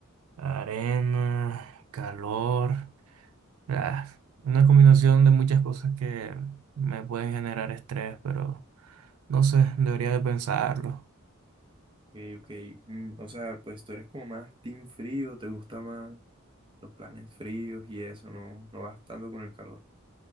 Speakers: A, on the right; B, on the right.
A: arena, calor, ah, una combinación de muchas cosas que me pueden generar estrés, pero... No sé, debería de pensarlo.
B: Ok, ok, mm, o sea, pues tú eres como más team frío, te gusta más los planes fríos y eso, no, no vas tanto con el calor.